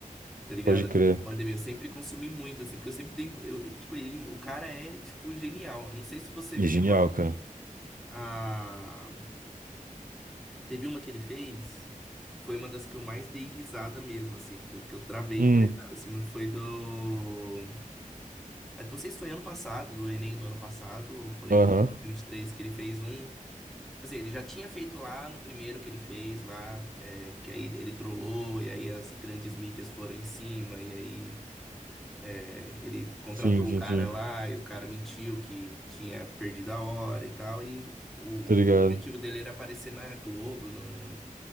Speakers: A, in the centre; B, on the right.
A: Tá ligado?
B: Pode crer.
A: A pandemia, eu sempre consumi muito, assim, porque eu sempre dei, eu, eu- tipo, ele, o cara é, tipo, genial. Eu não sei se você
B: E
A: viu
B: genial, cara.
A: a, teve uma que ele fez, que foi uma das que eu mais dei risada mesmo, assim, que foi que eu travei
B: Hum,
A: de dar risada, assim, foi do Ah, Não sei se foi ano passado, do Enem do ano passado, ou foi
B: aham.
A: do dois mil e vinte e três que ele fez um. Tipo assim, ele já tinha feito lá no primeiro que ele fez lá, é, que aí ele trollou, e aí as grandes mídias foram em cima, e aí é, ele contratou
B: Sim, sim,
A: o cara
B: sim.
A: lá, e o cara mentiu que tinha perdido a hora e tal, e o,
B: Tá ligado?
A: o objetivo dele era aparecer na Globo, no-